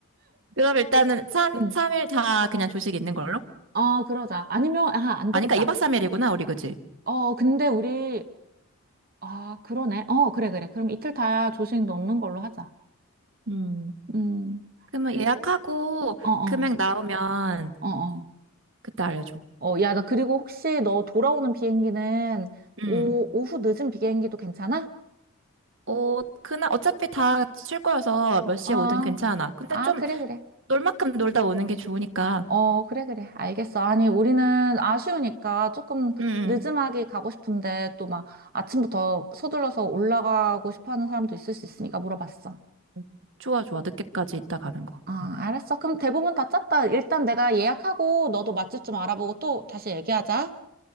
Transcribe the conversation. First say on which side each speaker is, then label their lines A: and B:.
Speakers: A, on the right; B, on the right.
A: 그럼 일단은 3,
B: 응.
A: 삼일다 그냥 조식 있는 걸로?
B: 아, 그러자. 아니면, 아, 안
A: 아니까
B: 되겠다.
A: 2박 3일이구나, 우리 그지?
B: 어, 근데 우리, 아, 그러네. 어, 그래, 그래. 그럼 이틀 다 조식 넣는 걸로 하자.
A: 음,
B: 음,
A: 그러면
B: 그리고,
A: 예약하고
B: 어, 어,
A: 금액 나오면
B: 어, 어.
A: 그때 알려줘.
B: 어, 야, 나 그리고 혹시 너 돌아오는 비행기는
A: 음.
B: 오, 오후 늦은 비행기도 괜찮아?
A: 어, 그날 어차피 다 쉴 거여서 몇 시에
B: 아,
A: 오든 괜찮아. 근데
B: 아,
A: 좀
B: 그래, 그래.
A: 놀 만큼 놀다 오는 게 좋으니까.
B: 어, 그래, 그래. 알겠어. 아니, 우리는 아쉬우니까 조금
A: 응,
B: 늦음하게 가고 싶은데 또 막 아침부터 서둘러서 올라가고 싶어 하는 사람도 있을 수 있으니까 물어봤어.
A: 응. 좋아, 좋아. 늦게까지 있다 가는 거.
B: 아,
A: 응.
B: 알았어. 그럼 대부분 다 짰다. 일단 내가 예약하고 너도 맛집 좀 알아보고 또 다시 얘기하자.